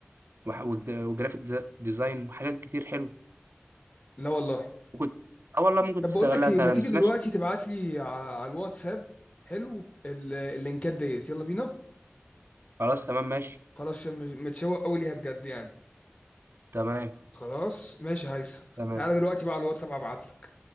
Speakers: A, on the right (about 60°); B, on the left (about 30°).
A: وح- وج- وجرافيك ز- ديزاين وحاجات كتير حلوه
B: لا والله
A: ممكن اه والله ممكن
B: طب
A: تستغلها
B: بقول لك ايه
A: انت انا
B: ما تيجي
A: ما سمعتش
B: دلوقتي تبعت لي على الواتساب حلو ال- اللينكات ديت يلا بينا
A: خلاص تمام ماشي
B: خلاص عشان مش- متشوق قوي ليها بجد يعني
A: تمام
B: خلاص ماشي هيثم
A: تمام
B: تعالى دلوقتي بقى على الواتساب ابعت لك